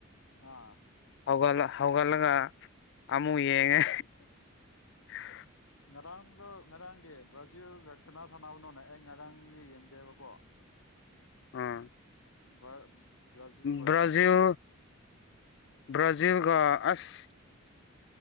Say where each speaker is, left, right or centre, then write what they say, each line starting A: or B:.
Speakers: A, on the left; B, on the left.
A: ꯑꯥ꯫
B: ꯍꯧꯒꯠꯂ ꯍꯧꯒꯠꯂꯒ ꯑꯃꯨꯛ ꯌꯦꯡꯉꯦ꯫ <unintelligible>
A: ꯉꯔꯥꯡꯗꯣ ꯉꯔꯥꯡꯒꯤ ꯕ꯭ꯔꯥꯖꯤꯜꯒ ꯀꯅꯥ ꯁꯥꯟꯅꯕꯅꯣꯅꯦ ꯑꯩ ꯉꯔꯥꯡꯗꯤ ꯌꯦꯡꯗꯦꯕꯀꯣ꯫
B: ꯑꯥ꯫
A: ꯕꯥ ꯕꯔꯖꯤꯜ ꯕꯔꯁꯦꯁ
B: ꯕ꯭ꯔꯥꯖꯤꯜ
A: <unintelligible>
B: ꯕ꯭ꯔꯥꯖꯤꯜꯒ ꯑꯁ